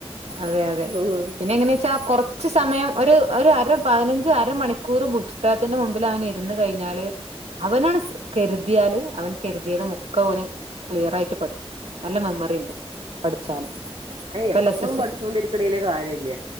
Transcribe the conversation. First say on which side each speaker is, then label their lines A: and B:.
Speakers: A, on the right; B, on the right.
A: അതെ യതെ
B: ഉം
A: പിന്നെ ങ്ങനെച്ചാ കൊർ ച്ച് സമയം ഒര് ഒര് അര പതിനഞ്ച് അര മണിക്കൂറ് ബുക്സ്തകത്തിന്റെ മുമ്പിലവൻ ഇര്ന്ന് കഴിഞ്ഞാല് അവനാണ് സ് കെര്ത്യാല് അവൻ കെരുതിയത് മുക്കോവന് ക്ലിയറായിട്ട് പഠി നല്ല മെമ്മറി ണ്ട് പഠിച്ചാല്.
B: അത്
A: ഇപ്പ
B: എപ്പളും
A: ല്ല സ സ്
B: പഠിച്ചോണ്ടിരിക്കണേല് കാര്യല്ല